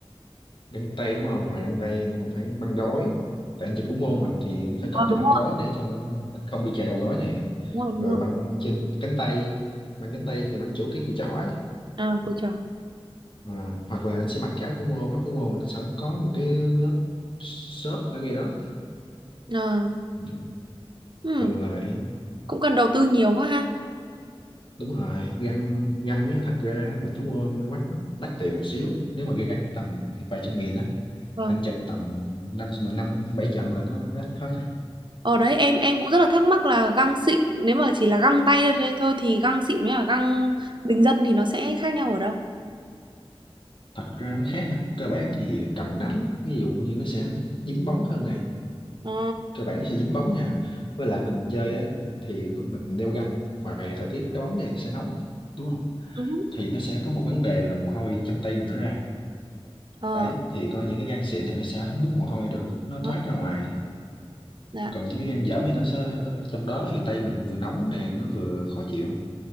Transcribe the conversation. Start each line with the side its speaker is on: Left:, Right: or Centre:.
Left: găng tay đúng không ngoài găng tay anh còn phải băng gối tại anh chụp thủ môn mà thì anh phải cần
Right: à,
Left: cái
Right: đúng
Left: băng
Right: rồi
Left: gối để cho mình không bị chày đầu gối này
Right: đúng rồi đúng
Left: rồi
Right: rồi
Left: băng trên cánh tay băng cánh tay thì băng chỗ cái cùi chỏ ấy
Right: à cô trò
Left: à, hoặc là anh sẽ mặc cái áo thủ môn áo thủ môn thì nó sẽ có một cái lớp xốp ở ngay đó
Right: Ờ.
Left: ừ,
Right: Ừ.
Left: thường là vậy
Right: Cũng cần đầu tư nhiều quá ha.
Left: đúng rồi găng găng á thật ra á, mình phải mua máy quét mắt đắt tiền một xíu nếu mà găng tầm vài trăm nghìn á
Right: vâng
Left: anh chụp tầm năm mười năm bảy trận là nó rách hết à.
Right: Ở đấy em em cũng rất là thắc mắc là găng xịn nếu mà chỉ là găng tay thôi thế thôi thì găng xịn với cả găng bình dân thì nó sẽ khác nhau ở đâu?
Left: thật ra nó khác ha cơ bản thì cầm nắm ví dụ như nó sẽ dính bóng hơn này
Right: Ờ.
Left: cơ bản nó sẽ dính bóng nha với lại mình chơi á thì lúc mình đeo găng ngoài thời tiết đá bóng này sẽ nóng đúng không
Right: Ừ.
Left: thì nó sẽ có một vấn đề là mồ hôi trong tay mình nó ra
Right: Ờ.
Left: đấy thì có những cái găng xịn này nó sẽ hấp mút mồ hôi được nó
Right: đó,
Left: thoát ra ngoài
Right: Dạ.
Left: còn những cái gan dởm thì nó sẽ trong đó thì tay mình vừa nóng này nó vừa khó chịu